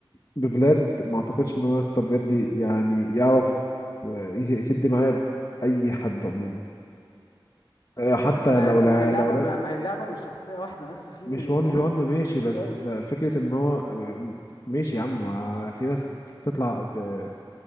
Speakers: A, on the left (about 45°); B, on the left (about 60°).
A: بفلاد ما اعتقدش ان هو يا اسطى بجد يعني يعرف آه، يسد معايا اي حد عموما آه، حتى
B: آه ما
A: لو
B: هي
A: لا
B: ما هي اللعبة
A: لو لا
B: ما ما هي اللعبة مش شخصية واحدة بس في
A: مش
B: من
A: 1
B: يعني
A: في 1 ماشي
B: في كتير
A: بس
B: قوي
A: آه، فكرة ان هو آه، ماشي يا عم ما في ناس تطلع ب-